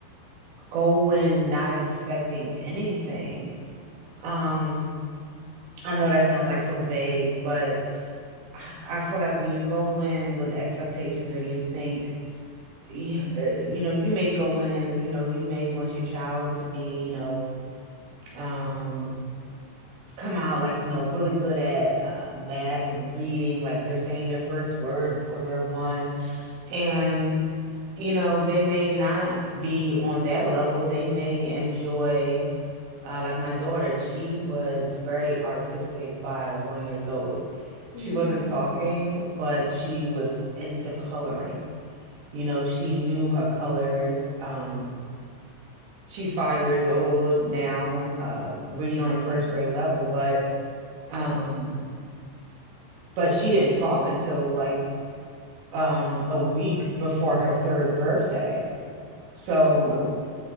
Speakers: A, on the right; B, on the left.
A: go in not expecting anything. Um, I know that sounds like so vague, but I I feel like when you go in with expectations or you think, yeah, uh, you know, you may go in, you know, you may want your child to be, you know, um come out like you know really good at uh, math and reading like they're saying their first word for their one and you know they may not be on that level they may enjoy uh, like my daughter she was very artistic by one years old
B: Mm.
A: she wasn't talking but she was into coloring you know she knew her colors um she's five years old now uh, reading on
B: Okay.
A: a first grade level but um, But she didn't talk until like um a week before her third birthday. So
B: Oh,